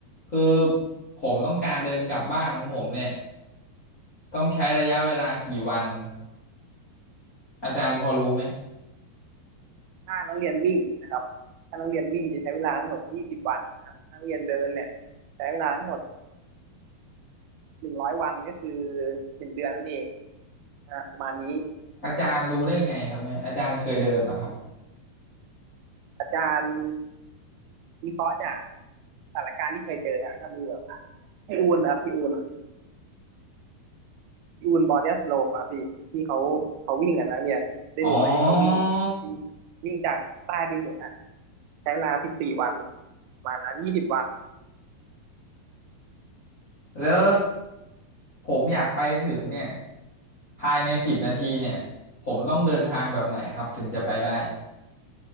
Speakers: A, on the left (about 40°); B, on the right (about 80°).
A: คือผมต้องการเดินกลับบ้านของผมเนี่ยต้องใช้ระยะเวลากี่วันอาจารย์พอรู้ไหม
B: ถ้านักเรียนวิ่งนะครับถ้านักเรียนวิ่งจะใช้เวลาทั้งหมด 20 วันนะครับถ้านักเรียนเดินเนี่ยใช้เวลาทั้งหมด 100 วันก็คือหนึ่งเดือนนั่นเองนะฮะประมาณนี้
A: อาจารย์รู้ได้ไงครับเนี่ยอาจารย์เคยเดินเหรอครับ
B: อาจารย์วิเคราะห์จากสถานการณ์ที่เคยเจออะก็มีแบบพี่อูนนะครับพี่อูนพี่อูนบอดี้สโลมครับพี่ที่เขาเขาวิ่งอ่ะนักเรียนได้ดูไหมที่เขาวิ่งอะที่
A: อ๋อ
B: วิ่งจากใต้ไปเหนือใช้เวลา14วันประมาณนั้น20วัน
A: แล้วผมอยากไปถึงเนี่ยภายในสิบนาทีเนี่ยผมต้องเดินทางแบบไหนครับถึงจะไปได้